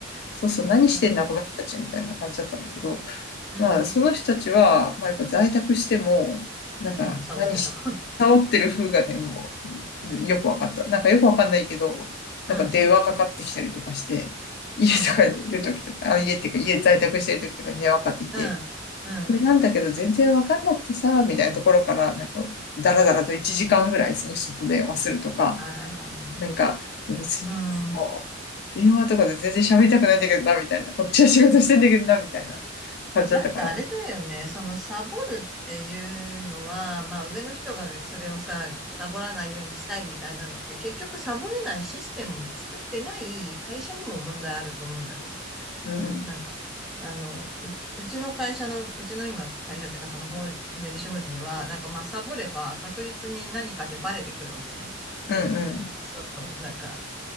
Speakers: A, on the left; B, in the centre.
A: そうそう、何してんだこの人たちみたいな感じだったんだけど、
B: うん、うん、
A: まあ、その人たちは、まあ、やっぱ在宅しても、なんか何し、
B: うん、サボってた。
A: サボってる風がね、もう、よくわかった。なんかよくわかんないけど、
B: うん、
A: なんか電話かかってきたりとかして、家とかにいる時とか、
B: うん。
A: あ、家っていうか家在宅してる時とかに電話かかってきて、
B: うん、うん、あ
A: これなんだけど全然わかんなくてさ、みたいなところから、なんか、だらだらと1時間ぐらいその人と電話するとか、
B: あ、
A: なんか、いや別に、
B: うん。
A: もう電話とかで全然喋りたくないんだけどな、みたいな。こっちは仕事してんだけどな、みたいな感じだったから。
B: なんかあれだよね。そのサボるっていうのは、まあ上の人がそれをさ、サボらないようにしたいみたいなのって、結局サボれないシステムを作ってない会社にも問題あると思うんだけど。
A: うん、うん、
B: なんか、あの、う、うちの会社の、うちの今会社っていうかその法、税理士法人は、なんかまあサボれば確実に何かでバレてくるわけね。
A: うん、
B: あの、その、なんか、